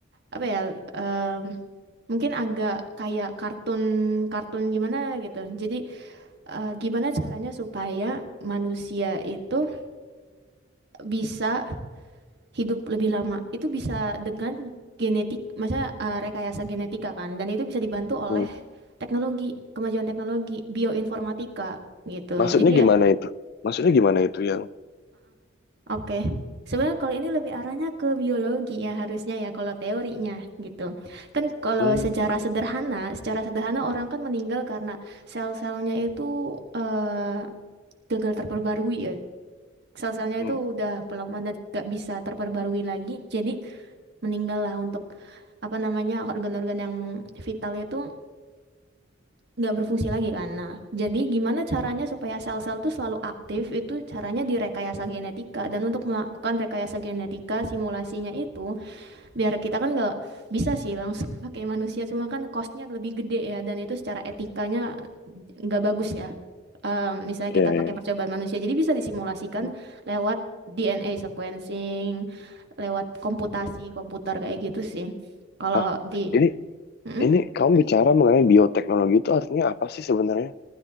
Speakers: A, on the right; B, on the left.
A: apa ya, em, mungkin agak kayak kartun-kartun gimana gitu. Jadi eh, gimana caranya supaya manusia itu bisa hidup lebih lama? Itu bisa dengan genetik, masa rekayasa genetika kan, dan itu bisa dibantu oleh
B: hmm.
A: teknologi, kemajuan teknologi, bioinformatika gitu.
B: Maksudnya
A: Jadi
B: gimana
A: ya.
B: itu? Maksudnya gimana itu yang?
A: Oke, sebenarnya kalau ini lebih arahnya ke biologi ya harusnya ya kalau teorinya gitu. Kan kalau
B: Hmm,
A: sejarah sederhana, secara sederhana orang kan meninggal karena sel-selnya itu eh, gagal terperbarui ya. Sel-selnya
B: hmm.
A: itu udah pelemah dan gak bisa terperbarui lagi, jadi meninggallah untuk apa namanya organ-organ yang vital itu nggak berfungsi lagi kan. Nah, jadi gimana caranya supaya sel-sel tuh selalu aktif itu caranya direkayasa genetika. Dan untuk melakukan rekayasa genetika simulasinya itu biar kita kan nggak bisa sih langsung <laughs> pakai manusia cuma kan costnya lebih gede ya dan itu secara etikanya nggak bagus ya. Em, misalnya
B: Iya,
A: kita pakai
B: iya.
A: percobaan manusia, jadi bisa disimulasikan
B: Hmm.
A: lewat DNA sequencing, lewat komputasi komputer kayak gitu sih. Kalau
B: Hah,
A: di
B: ini
A: Mm-mm.
B: ini kamu bicara mengenai bioteknologi itu artinya apa sih sebenarnya?